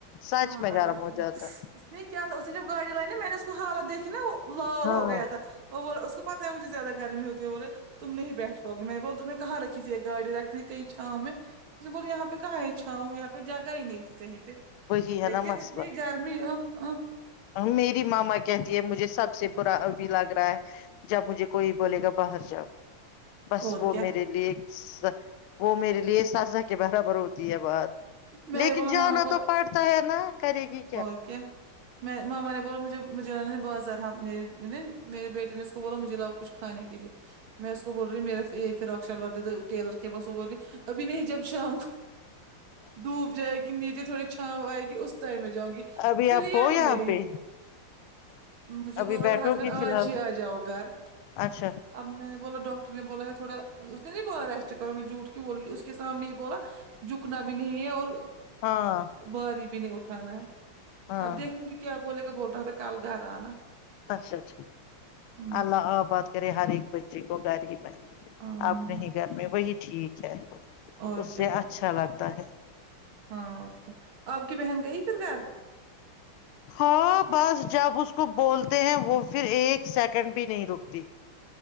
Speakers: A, on the left (about 85°); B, on the right (about 75°).
A: سچ
B: ہاں
A: میں
B: اللہ
A: گرم
B: کی
A: ہو
B: قسم
A: جاتا
B: اس نے کیا تھا اس نے جب گاڑی لائی نا میں نے اس کو حالت دیکھی نا وہ لال
A: ہاں
B: ہو گیا تھا وہ اس کو پتاہ ہےجھے زیادہ گرمی ہوتی ہے بولے تم نہیں ب بیٹھاؤ گے میں نے بول تمہیں کہاں رکھی تھی گای رکھتی تھی کئی چھاؤوں میں ب یہاں پہ کہاں ہے چھاؤوں یہاں پہ جگہ ہی نہیں تھی کہیں پہ
A: وہی ہے
B: لیکن
A: نا مسئلہ
B: اتنی گرمی ا ا
A: میری ماما کہتی ہے مجھے سب سے برا بھی لگ رہا ہے جب مجھے کوئی بولے گا باہر جاؤ بس
B: اور
A: وہ
B: کیا
A: میرے لیے وہ میرے لیے سازہ کے برابر ہوت بات
B: میں
A: لیکن
B: نے بولا
A: جانا
B: ماما کو
A: تو پڑتا ہے نا کرے گی
B: اور کیا میں ماما نے بولا مجھے مجھے لگ نے بہت زادہ رہا میرے بیٹے نے اس کو بولا مجھے لاؤ کچھ کھانے کے لیے میں اس کو بول رہی ہ میرے یہ فراک شلوار دے دو ٹیلر کے پاس وہ بول رہی ابھی نہیں جب شام ڈوب جائے گی نیچے تھوڑی چھاوں آئے گی اس ٹائم میں جؤں گی
A: ابھی
B: اسنے
A: آپ
B: لیا
A: ہو یہاں
B: ہی نہیں
A: پہ
B: مجھے
A: ابھی
B: بول رہا
A: بیٹھو
B: تو ہسبینڈ
A: گی
B: آج
A: فی الحال
B: ہی آ جاؤ گھر
A: اچھا
B: اب میں نے بولا ڈاکٹر نے بولا ہے تھوڑا اس نے نہیں بولا ریسٹ کرو میں جھوٹ کیوں بولوں گی اس کے سامنے ہی بولا جھکنا بھی نہیں ہے اور
A: ہاں
B: بھاری بھی نہیں اٹھانا ہے
A: ہاں
B: اب دیکھوں گی کیا بولے گا بول رہا تھا کل گهر انا
A: اچھا ٹھیک
B: ہوں
A: اللہ آ باد کرے ہر ایک بچی گو گھر ہی میں
B: آمین
A: اپنے ہی گھر میں وہی ٹھیک ہے
B: اور
A: اس
B: کیا
A: سے اچھا لگتا ہے
B: ہاں اور کیا آپ کی بہن گئی پھر گھر
A: ہاں بس جب اس کو بولتے ہیں وہ پھر ایک سیکنڈ بھی نہیں رکتی